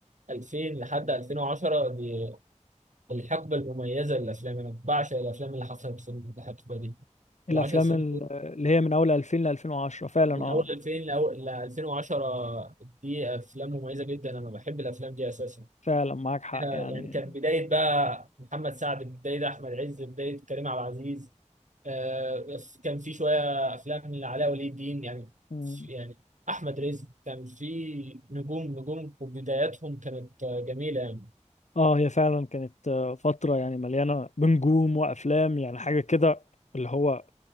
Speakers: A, on the right; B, on the left.
A: 2000 لحد 2010 دي الحقبة المميزة للأفلام أنا بعشق الأفلام اللي حصلت في الحقبة دي
B: الافلام
A: العشر سنين
B: ال-
A: دول
B: اللي هي من اول 2000 ل 2010 فعلا
A: من
B: اه
A: أول 2000 لأول ل 2010 دي أفلام مميزة جدا أنا بحب الأفلام دي أساسا
B: فعلا معاك حق
A: فيها-
B: يعني
A: يعني كانت بداية بقى محمد سعد بداية أحمد عز بداية كريم عبد العزيز آه، كان في شوية أفلام لعلاء ولي الدين يعني
B: مم.
A: يعني أحمد رزق كان في نجوم نجوم وبداياتهم كانت آه، جميلة يعني
B: اه هي فعلا كانت آه، فترة يعني مليانة بنجوم وافلام يعني حاجة كده اللي هو